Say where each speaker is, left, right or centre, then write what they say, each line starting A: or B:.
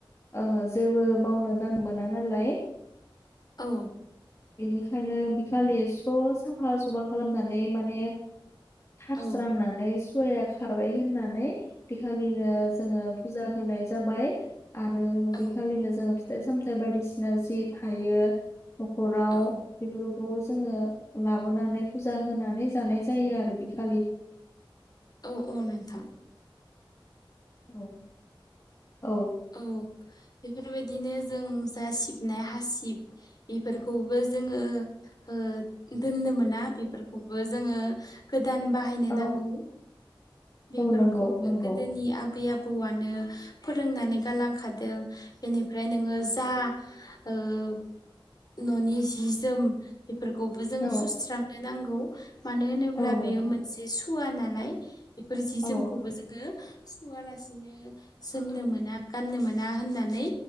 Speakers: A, on the left; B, on the left.
A: ओ जेबो मावनो दांनो मोना नालाय।
B: औ।
A: बेनिखायनो बिखालि स्र' साफा सुफा खालामनानै माने थार्स्रांनानै
B: औ
A: सुवाया खारबाय होननानै बेखालिनो जोङो फुजा होनाय जाबाय आरो
B: औ
A: बेखालिनो जोङो फिथाइ साम थाय बायदिसिना जि थायो नख'राव
B: औ
A: बेफोरखौ जोङो लाबोनानै फुजा होनानै जानाय जायो आरो बिखालि।
B: औ औ नोंथां।
A: औ औ।
B: औ बेफोरबायदिनो जों जा सिबनाय हासिब बेफोरखौबो जोङो ओ दोननो मोना बेफोरखौबो जोङो गोदान बाहायनो
A: औ
B: नांगौ बेफोरखौबो
A: औ नंगौ नंगौ
B: गोदोनि आ बै आबौआनो फोरोंनानै गालांखादों बेनिफ्राय नोङो जा ओं न'नि जि जोम बेफोरखौबो जोङो
A: औ
B: सुस्रांनो नांगौ मानो होनोब्ला
A: औ नोंथां
B: बेयो मोनसे सु वा नालाय बेफोर जि जोमखौबो
A: औ
B: जोङो सुवालासिनो जोमनो मोना गाननो मोना होननानै